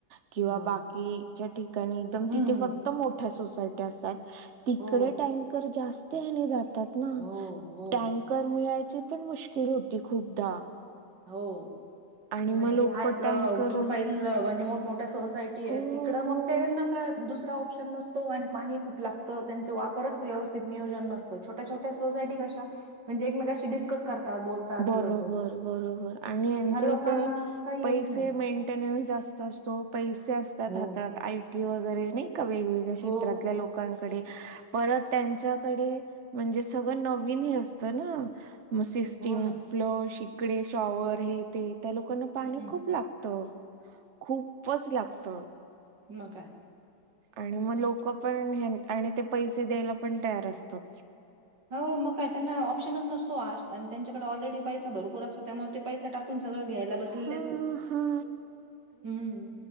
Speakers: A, on the right; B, on the right.
A: किंवा
B: हां.
A: बाकीच्या ठिकाणी, एकदम
B: हं.
A: तिथे फक्त मोठ्या सोसायटी असतात. तिकडे
B: हो.
A: टँकर जास्त हिने जातात ना.
B: हो, हो,
A: टँ मिळायची पण मुश्किल होती खूपदा.
B: हो.
A: आणि मग
B: नाही
A: लोक
B: जे <unintelligible>
A: टँकर
B: प्रोफाईल म्हणजे मोठमोठ्या सोसायटी आहेत
A: हो
B: तिकडं
A: हो
B: मग <unintelligible> का दुसरा ऑप्शन नस तो आणि पाणी खूप लागतं, त्यांच वापरच व्यवस्थित नियोजन नसत, छोट्या छोट त्या सोसायटी कशा म्हणजे एकमेकाशी डिस्कस करतात, बोलतात
A: बरोबर
B: हे होतं.
A: बरोबर आणिच्या
B: ह्या लोकांना
A: इथे
B: काही
A: पैसे
B: हेच नाही.
A: मेन टेनेन्स जास्त असतो पैसे असतात
B: हो,
A: हच्यात आय टी वगैरे नाही का वेगवेगळ्या क्षेत्रातल्या
B: हो,
A: लोकांकडे. परत त्यांच्याकडे म्हणजे सगळं नवीन हे असतं ना म सिस्टीम
B: हो ना.
A: फ्लश इकडे शॉवर हे ते त्या लोकांना पाणी
B: हं,
A: खूप लागतं खूपच लागतं.
B: म काय
A: आणि म लोकं पण हे आणि आणि ते पैसे द्यायला पण तयार असतात.
B: हो मग का त्यांना ऑप्शनच नसतो आणि त्यांच्याकडे ऑलरेडी पैसा भरपूर अस तो त्यामुळे ते पैसा टाकून सगळं घ्यायला बसलेलेत
A: हा
B: की,
A: हा
B: हम्म.